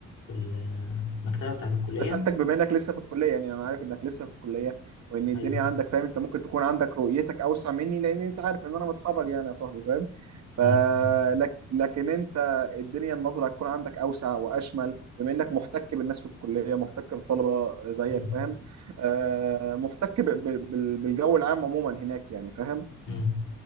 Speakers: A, on the left; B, on the right.
A: في المكتبه بتاعه الكليه
B: انا سالتك بما انك لسه في الكليه يعني انا عارف انك لسه في الكليه وان الدنيا
A: ايوه
B: عندك فاهم انت ممكن تكون عندك رؤيتك اوسع مني لان انت عارف ان انا متخرج يعني يا صاحبي فاهم فلك
A: ايوه
B: لكن انت الدنيا النظره هتكون عندك اوسع واشمل بما انك محتك بالناس في الكليه محتك بالطلبه زيك
A: مم.
B: فاهم آه، محتك ب- ب- بال- بالجو العام عموما هناك يعني فاهم
A: مم.